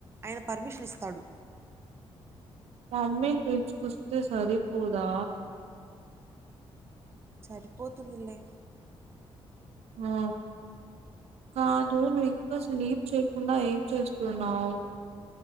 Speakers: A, on the right; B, on the right.
A: ఆయన పర్మిషన్ ఇస్తాడు
B: మమ్మీని పిల్చుకొస్తే సరిపోదా
A: సరిపోతుందిలే
B: ఆ కాదు నువ్వు ఇంకా స్లీప్ చేయకుండా ఏం చేస్తున్నావ్